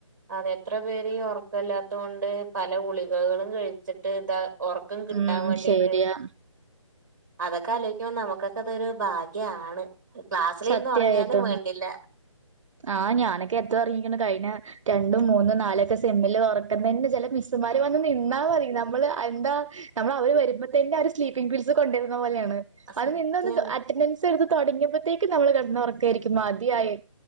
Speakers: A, on the right; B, on the right.
A: അതെ എത്ര പേര് ഈ ഒർ ഗല്ലാത്തോണ്ട് പല ഗളികകളും കഴിച്ചിട്ട് ഇതാ ഒറക്കം കിട്ടാൻ
B: ഉം
A: വേണ്ടിറ്റ്
B: ശരിയാ
A: അതൊക്കെ ആലോയിക്കുമ്പോ നമുക്കൊക്കെ തൊരു ഭാഗ്യാണ് ക്ലാസ്സിലിരുന്ന്
B: സത്യായിട്ടും
A: ഒറങ്ങിയാലും വേണ്ടില്ല
B: ആ ഞാനൊക്കെ എത്ര ഒറങ്ങീക്ക്ണ് കഴിഞ്ഞ രണ്ടും മൂന്നും നാലൊക്കെ സെമ്മിൽ ഉറക്കുതന്നെ ചില മിസ് മാര് വന്ന് നിന്നാ മതി നമ്മള് എന്താ നമ്മള് അവര് വരുമ്പോ തന്നെ അവ ഒരു സ്ലീപ്പിംഗ പീസ് കൊണ്ടുവരുന്ന പോലെയാവും ന്ന് അ
A: സത്യം
B: നിനന്ന് അറ്റൻഡൻസ് എടുത്ത് തുടങ്ങിയപത്തേക്ക് നമ്മൾ കടന്നൊറക്ക ആയിരിക്കും മതിയായെ